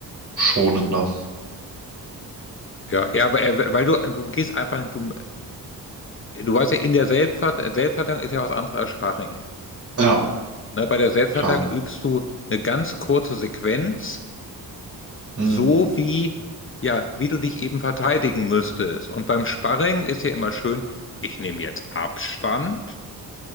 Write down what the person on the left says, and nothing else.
Ja, ja, aber, äh, weil du, du gehst einfach, du, du weißt ja, in der Selbstvert Selbstverteidigung ist ja was anderes als Sparring.
Ne? Bei der Selbstverteidigung
übst du eine ganz kurze Sequenz,
so wie, ja, wie du dich eben verteidigen müsstest. Und beim Sparring ist ja immer schön, ich nehme jetzt Abstand,